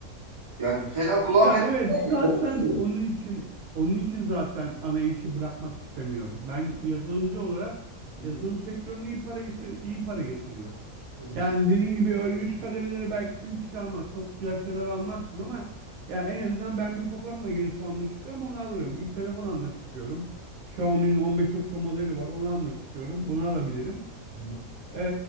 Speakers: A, on the right; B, on the right.
A: Yani fena kulağa
B: Ya
A: fena
B: evet
A: gelmiyor.
B: zaten
A: Onu söylüyorum.
B: onun için onun için zaten ana işi bırakmak istemiyorum. Ben yazılımcı olarak
A: Hı hı,
B: yazılım sektörüne iyi para getir iyi para getiriyor.
A: hı hı,
B: Yani dediğin gibi öyle üst kademeleri belki seni çıkarmaz. Çok güzel şeyler almazsın ama ya en azından ben bir fotoğraf makinesi almak istiyorum onu alırım. Bir telefon almak istiyorum. Xiaomi'nin 15 Ultra modeli var onu almak istiyorum. Bunu alabilirim.
A: hı hı.
B: Ee,